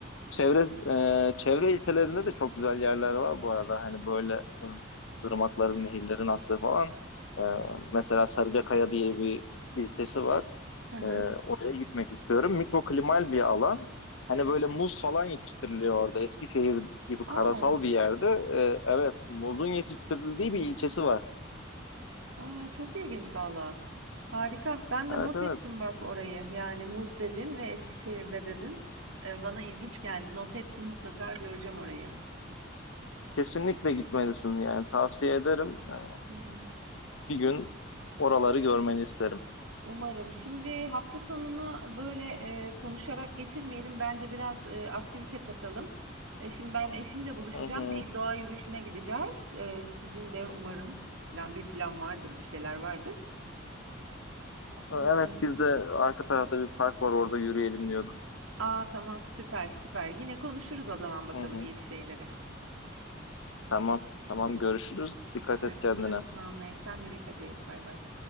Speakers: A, on the left; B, on the right.
A: Çevre e, çevre ilçelerinde de çok güzel yerler var bu arada. Hani böyle e, ırmakların, nehirlerin aktığı falan. E, mesela Sarıcakaya diye bir ilçesi var.
B: Hı hı.
A: E, oraya gitmek istiyorum. Mikroklimal bir alan. Hani böyle muz falan yetiştiriliyor orada. Eskişehir gibi
B: Aa.
A: karasal bir yerde. E, evet, muzun yetiştirildiği bir ilçesi var.
B: A! Çok ilginç valla. Harika. Ben de
A: Evet
B: not
A: evet.
B: ettim bak orayı. Yani muz dedin ve Eskişehir'de dedin. Eee, bana ilginç geldi. Not ettim mutlaka göreceğim orayı.
A: Kesinlikle gitmelisin yani tavsiye ederim. E,
B: Hı hı.
A: bir gün oraları görmeni isterim.
B: Umarım. Şimdi hafta sonunu böyle eee, konuşarak geçirmeyelim. Bence biraz eee, aktivite katalım. E, şimdi ben eşimle buluşacağım.
A: Hı hı.
B: Bir doğa yürüyüşüne gideceğiz. Eee, sizin de umarım plan bir plan vardır, bir şeyler vardır. Eee,
A: Evet biz de arka tarafta bir park var orada yürüyelim diyorduk.
B: aa tamam süper süper. Yine konuşuruz o zaman bakalım
A: Hı hı.
B: yeni şeyleri.
A: Tamam. Tamam görüşürüz. Dikkat
B: Görüşürüz
A: et kendine.
B: Muhammed. Sen de dikkat et. Bay bay.